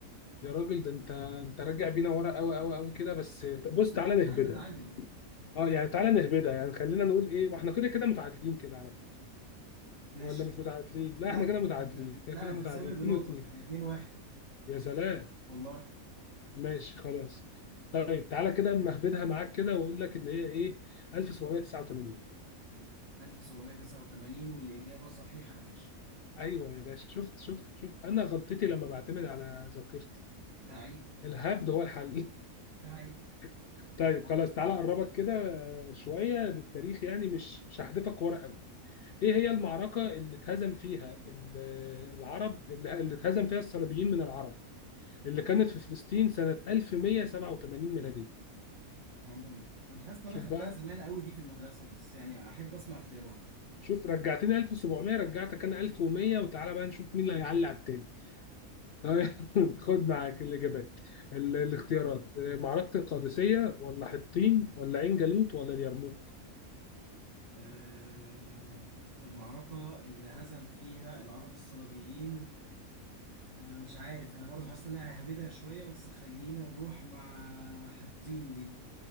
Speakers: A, on the left; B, on the right.
A: يا راجل ده أنت أنت راجع بينا ورا أوي أوي أوي كده بس بص
B: مش
A: تعالى
B: انا
A: نهبدها
B: عايز اتعادل
A: اه يعني تعالى نهبدها يعني خلينا نقول ايه ما احنا كده كده متعادلين كده على فكره
B: ماشي
A: ولا مش متعادلين لا
B: لا
A: احنا كده متعادلين
B: انت
A: كده
B: لا
A: كده
B: انت
A: متعادلين
B: سابق بنقطة
A: اتنين واتنين
B: احنا 2 1
A: يا سلام
B: والله
A: ماشي خلاص طيب تعالى كده اما اهبدها معاك كده واقول لك اللي هي ايه 1789
B: 1789 والإجابة صحيحة يا باشا
A: ايوه يا باشا شفت شفت شفت انا غلطتي لما بعتمد على ذاكرتي
B: لعيب
A: الهبد هو الحل
B: لعيب
A: <laughs> طيب خلاص تعالى اقربك كده آه، شويه بالتاريخ يعني مش مش هحذفك ورا ايه هي المعركة اللي اتهزم فيها ال- العرب اللي اللي اتهزم فيها الصليبيين من العرب اللي كانت في فلسطين سنة 1187 ميلادية
B: مم. انا حاسس ان انا
A: شوف
B: خدتها
A: بقى
B: زمان قوي دي في المدرسة بس يعني احب اسمع اختيارات
A: شوف رجعتني 1700 رجعتك انا 1100 وتعالى بقى نشوف مين اللي هيعلي على التاني <laughs> خد معاك الاجابات ال- الاختيارات آه، معركة القادسية ولا حطين ولا عين جالوت ولا اليرموك
B: أه المعركة اللي هزم فيها العرب الصليبيين أه مش عارف انا برضو حاسس ان انا ههبدها شوية بس خلينا نروح مع حطين دي